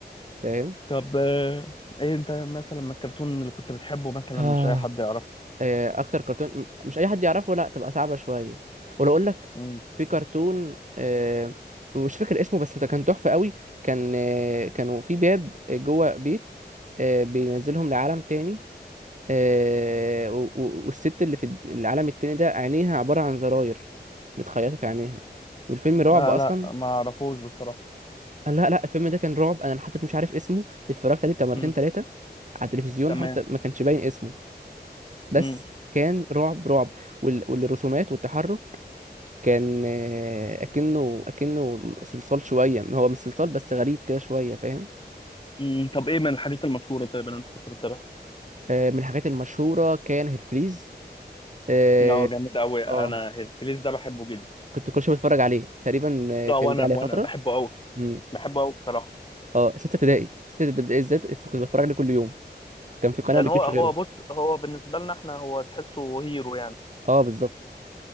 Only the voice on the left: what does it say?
طب آه، ايه انت مثلا من الكرتون اللي كنت بتحبه مثلا
مش اي حد يعرفه
امم
لا
لا ما اعرفوش بصراحة
امم
تمام
امم
امم طب ايه من الحاجات المشهورة طيب اللي انت كنت بتتابعها
اه جامد قوي انا
هيركليس ده بحبه جدا
اه
وانا
وانا
بحبه قوي
بحبه قوي بصراحة
لان
هو هو
بص هو بالنسبة لنا احنا هو تحسه هيرو